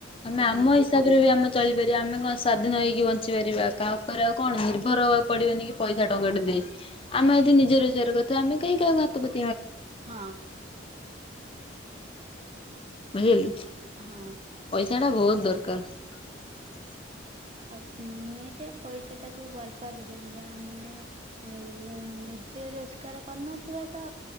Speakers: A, on the left (about 30°); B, on the right (about 30°).
A: ଆମେ
B: ହଁ
A: ଆମ ହିସାବ ରେ ବି ଆମ। ଚଳିପାରିବା ଆମେ କଣ ସ୍ୱାଧୀନ ହେଇକି ବଞ୍ଚିପାରିବା କାହା ଉପରେ ଆଉ କଣ ନିର୍ ଭର ହବାକୁ ପଡିବନି କି ପଇସା ଟଙ୍କାଟା ଦେ ଆମେ ଯଦି ନିଜ ରୋଜଗାର କରିଥାଉ ଆମେ କାହିଁ କାହାକୁ ହାତ ପତେ
B: ହଁ।
A: <unintelligible>
B: ହଁ
A: ପଇସା ଟା ବହୁତ। ଦରକାର।
B: ଆଉ ନୁହେଁ ଯେ ପଇସାଟାକୁ ବର୍ବାଦ କରିବା ମାନେ ଉଁ ଉଁ ନିଜେ ରୋଜ ତାର ଆଉ କରି ନାହାନ୍ତି ଥିଲା ତା